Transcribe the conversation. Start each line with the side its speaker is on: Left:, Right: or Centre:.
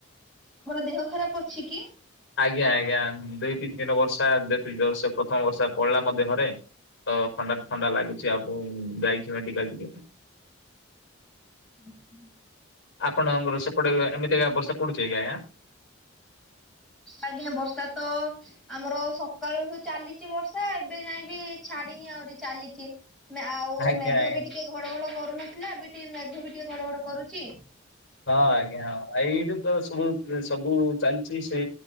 Centre: ଦେହ ଖରାପ ଅଛି କି?
Left: ଆଜ୍ଞା ଆଜ୍ଞା, ଦି ତିନି ଦିନ ବର୍ଷା ଯେତିକି ଜୋରସେ ପ୍ରଥମ ବର୍ଷା ପଡିଲା ମୋ ଦେହରେ। ତ ଥଣ୍ଡା ଥଣ୍ଡା ଲାଗୁଛି, ଆଉ ଯାଇଛି ମେଡିକାଲ ଟିକେ।
Centre: ଆଛା।
Left: ଆପଣଙ୍କର ସେପଟରେ ଏମିତିକା ବର୍ଷା ପଡୁଛି କି ଆଜ୍ଞା?
Centre: ଆଜ୍ଞା ବର୍ଷା ତ ଆମର ସକାଳୁଠୁ ଚାଲିଛି ବର୍ଷା ଏବେ ଯାଏବି ଛାଡିନି। ତେ ଆହୁରି ଚାଲିଛି। ମାନେ ଆଉ
Left: ଆଜ୍ଞା
Centre: ମେଘ
Left: ଆଜ୍ଞା
Centre: ବି ଟିକେ ଘଡଘଡ କରୁନଥିଲା, ଏବେ ଟିକେ ମେଘ ବି ଟିକେ ଘଡଘଡ କରୁଛି।
Left: ହଁ ଆଜ୍ଞା, ଏଇଠୁ ତ ସବୁ ସବୁ ଚାଲିଛି ସେ